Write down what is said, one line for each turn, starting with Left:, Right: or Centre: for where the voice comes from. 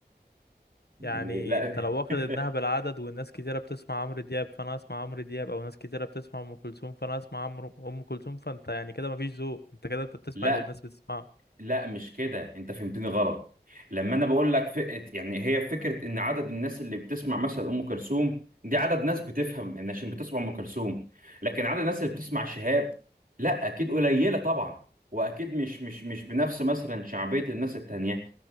Left: يعني
Right: لا
Left: انت لو واخد
Right: <laughs>
Left: انها بالعدد والناس كتيره بتسمع عمرو دياب فانا اسمع عمرو دياب او ناس كتيره بتسمع ام كلثوم فانا اسمع عمرو ام كلثوم فانت يعني كده مفيش ذوق انت كده انت بتسمع
Right: لا
Left: اللي الناس بتسمعه
Right: لا مش كده انت فهمتني غلط لما انا بقول لك فئة يعني هي فكرة ان عدد الناس اللي بتسمع مثلا ام كلثوم دي عدد ناس بتفهم ان عشان بتسمع ام كلثوم لكن عدد الناس اللي بتسمع شهاب لا اكيد قليلة طبعا واكيد مش مش مش بنفس مثلا شعبية الناس التانية